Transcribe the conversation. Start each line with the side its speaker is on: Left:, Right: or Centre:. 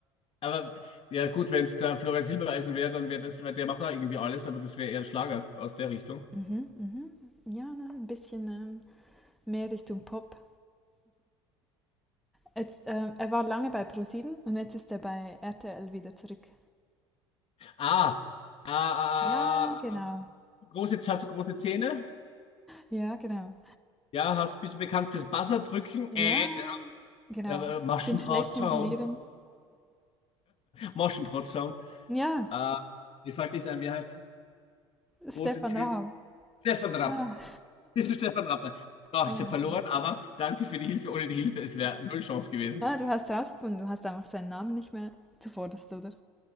Left: aber ja, gut, wenn es der Florian Silbereisen wäre, dann wäre das, weil der macht auch irgendwie alles, aber das wäre eher Schlager aus der Richtung.
Centre: Mhm, mhm. Ja, ne, ein bisschen ähm, mehr Richtung Pop. Jetzt, ähm, er war lange bei ProSieben und jetzt ist er bei RTL wieder zurück.
Left: Ah, ah, ah,
Centre: Ja, genau.
Left: ah, ah, ähm, große, hast du große Zähne?
Centre: Ja, genau.
Left: Ja, hast, bist du bekannt fürs Buzzerdrücken?
Centre: Ja,
Left: Äh,
Centre: genau.
Left: äh, Maschendrahtzaun.
Centre: Ich bin schlecht im Verlieren.
Left: Maschendrahtzaun.
Centre: Ja,
Left: Äh, mir fällt nicht ein, wie er heißt?
Centre: Stefan
Left: Große Zähne.
Centre: Raab.
Left: Stefan Rapp.
Centre: Ah,
Left: Bist du Stefan Rapp? So,
Centre: ja,
Left: ich habe verloren,
Centre: genau.
Left: aber danke für die Hilfe. Ohne die Hilfe, es wäre null Chance gewesen.
Centre: Ah, du hast rausgefunden, du hast einfach seinen Namen nicht mehr zuvorderst, oder?